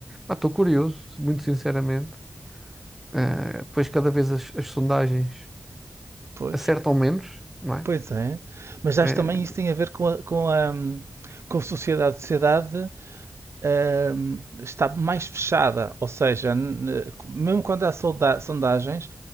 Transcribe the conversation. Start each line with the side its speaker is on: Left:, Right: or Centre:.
Centre: estou curioso, muito sinceramente. Eh, pois cada vez as, as sondagens
Right: pois,
Centre: acertam menos, não é?
Right: pois é. Mas acho
Centre: Eh,
Right: também isso tem a ver com a, com a, hum, com a sociedade. A sociedade ahm, está mais fechada, ou seja, n- eh, mesmo quando há solda- sondagens,